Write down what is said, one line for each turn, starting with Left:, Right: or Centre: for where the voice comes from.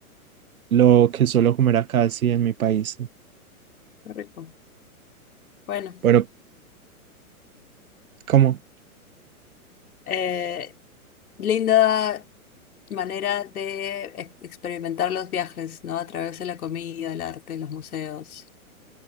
Right: lo que suelo comer acá, sí, en mi país.
Left: Qué rico. Bueno,
Right: Bueno, ¿cómo?
Left: eh, linda manera de ex- experimentar los viajes, ¿no? A través de la comida, el arte, los museos.